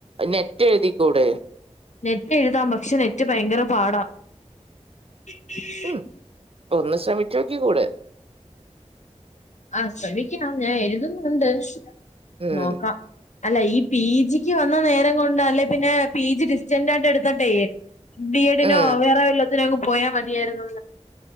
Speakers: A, on the right (about 50°); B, on the left (about 75°).
A: നെറ്റ് എഴുതിക്കൂടെ
B: നെറ്റ് എഴുതാം പക്ഷെ നെറ്റ് ഭയങ്കര പാടാ <unintelligible>
A: ഉം ഒന്ന് ശ്രമിച്ച് നോക്കിക്കുടെ
B: ആഹ് ശ്രമിക്കാം ഞാൻ എഴുതുന്നുണ്ട്
A: ഉം
B: നോക്കാം അല്ല ഈ പി ജിക്ക് വന്ന നേരം കൊണ്ട് അല്ലെ പിന്നെ പി ജി ഡിസ്റ്റൻ ആയിട്ട് എടുത്ത്ട്ടെ ബി എഡിനോ
A: ഉം
B: വേറെ വെല്ലത്തിനോ ഒക്കെ പോയാ മതിയായിരുന്നു